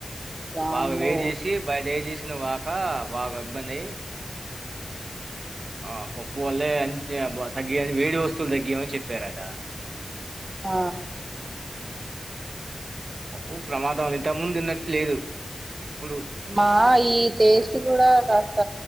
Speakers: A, on the right; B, on the right.
A: వామ్మో
B: బాగా వేడ్ చేసి బడేజేషిన గాక బాగా ఇబ్బంది అయి ఆ పప్పు వలే బ తగ్గియని వేడి వస్తువులు తగ్గియామని చెప్పారట
A: ఆ
B: పప్పు ప్రమాదం ఇంత ముందు తిన్నట్టు లేదు ఇప్పుడు
A: మా ఈ టేస్ట్ కూడా కాస్త